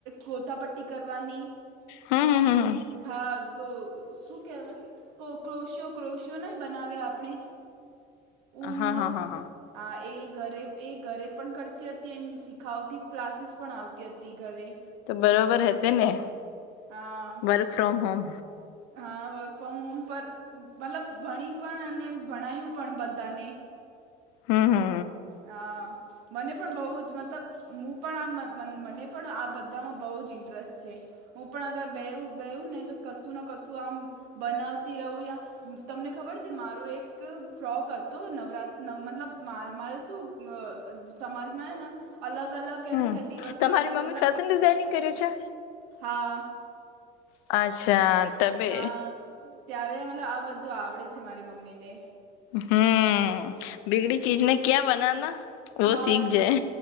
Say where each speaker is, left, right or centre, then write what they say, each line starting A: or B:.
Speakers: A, on the right (about 75°); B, on the left (about 80°).
A: ગોતા પટ્ટી કરવાની.
B: હમ હમ હમ
A: હા. શું કેહેવાય ક્રોશિયો ક્રોશિયો ન બનાવે આપણે. ન.
B: હા હા હા
A: હા એ ઘરે એ ઘરે પણ કરતી હતી એમ શીખાવતી ક્લાસીસ પણ આવતી હતી ઘરે.
B: તો બરોબર હતે ને.
A: હા.
B: વર્ક ફ્રોમ હોમ,
A: હા વર્ક ફ્રોમ હોમ પર મતલબ ભણી પણ અને ભણાયું પણ બધાને
B: હમ હમ.
A: હ મને પણ બહુ જ મતલબ હું પણ આ મને પણ આ બધામાં બહુ જ ઇન્ટરેસ્ટ છે. હું પણ અગર બે બેવું ને તો કશું કશું આમ બનાવતી રહું યા તમને ખબર છે મારો એક ફ્રોક હતો નવરાત્ર મતલબ મારે શું સમાજમાં ને અલગ અલગ એને
B: હમ
A: કે દિવસનો
B: તમારી
A: અલગ
B: મમ્મી
A: અલગ
B: ફેશન ડિઝાઇનિંગ કરે છે
A: હા
B: અચ્છા. તબે
A: હા ત્યારે મલ આ બધું આવડે છે મારી મમ્મી ને.
B: હમ બિગડી ચીજને ક્યા બનાના વ
A: હા
B: સીખ જાય.